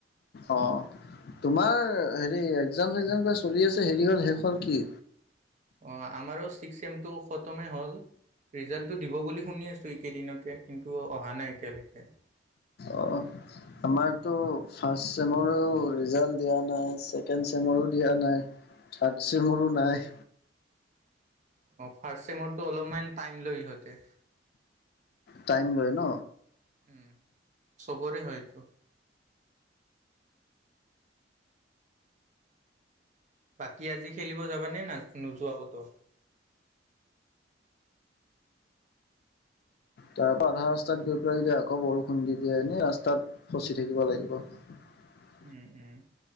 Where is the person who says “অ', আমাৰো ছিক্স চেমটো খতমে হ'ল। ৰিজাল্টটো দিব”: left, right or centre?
Right